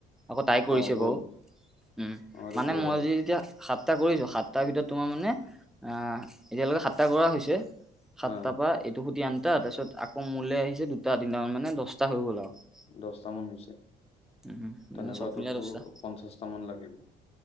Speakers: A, in the centre; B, on the left (about 35°).
A: আকৌ তাই কৰিছে
B: অ গ'ল
A: বাৰু, উম,
B: অ এইটো
A: মানে
B: গ'ল
A: মই
B: আৰু
A: যে এতিয়া সাত সাতটা কৰিছোঁ, সাতটাৰ ভিতৰত তোমাৰ মানে, আ, এতিয়ালৈকে সাতটা কৰা হৈছে। সাতটাৰপৰা
B: অ
A: এইটো সুটি আনটা, তাৰপিছত আকৌ মোলৈ আহিছে দুটা তিনটামান, মানে দহটা হৈ গ'ল আৰু।
B: দছটা মান হৈছে,
A: উম মানে
B: তেনেকুৱা
A: চব মিলাই
B: তোৰতো
A: দহটা
B: পঞ্চাশটা মান লাগিব।